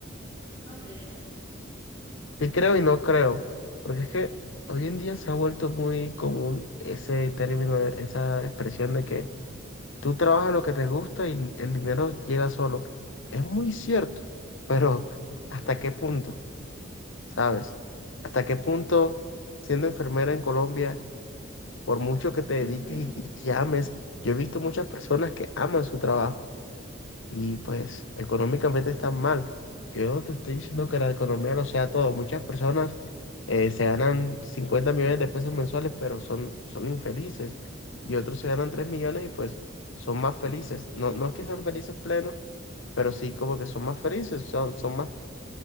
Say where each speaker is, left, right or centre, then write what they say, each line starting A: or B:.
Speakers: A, on the left; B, on the left.
A: ¿No crees?
B: Sí creo y no creo, porque es que hoy en día se ha vuelto muy común ese término, esa expresión de que tú trabajas lo que te gusta y el dinero llega solo. Es muy cierto, pero ¿hasta qué punto? ¿Sabes? ¿Hasta qué punto siendo enfermera en Colombia? por mucho que te dediques
A: Ujú.
B: y, y- y ames. Yo he visto muchas personas que aman su trabajo y pues económicamente están mal. Yo no te estoy diciendo que la economía lo sea todo. Muchas personas eh, se ganan 50 millones de pesos mensuales, pero son, son infelices. Y otros se ganan 3 millones y pues son más felices. No, no es que sean felices plenos, pero sí como que son más felices, son, son más.